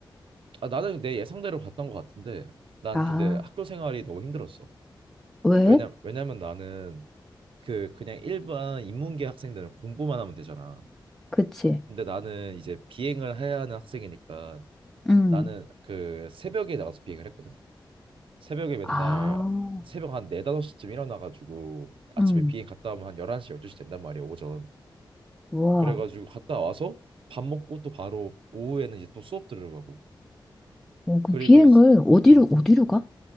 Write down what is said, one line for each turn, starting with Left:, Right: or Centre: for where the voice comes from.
Right: 아 나는 내 예상대로 갔던 것 같은데 난
Centre: 아,
Right: 근데 학교 생활이 너무 힘들었어
Centre: 왜?
Right: 왜냐 왜냐면 나는 그 그냥 일반 인문계 학생들은 공부만 하면 되잖아.
Centre: 그치.
Right: 근데 나는 이제 비행을 해야 하는 학생이니까
Centre: 음,
Right: 나는 그 새벽에 나가서 비행을 했거든. 새벽에 맨날
Centre: 아,
Right: 새벽 한 4, 5시쯤 일어나가지고 아침에
Centre: 음,
Right: 비행 갔다 오면 한 11시, 12시 된단 말이야, 오전.
Centre: 와.
Right: 그래가지고 갔다 와서 밥 먹고 또 바로 오후에는 이제 또 수업 들으러 가고.
Centre: 어, 그
Right: 그리고
Centre: 비행을
Right: 이제,
Centre: 어디로,
Right: 음.
Centre: 어디로 가?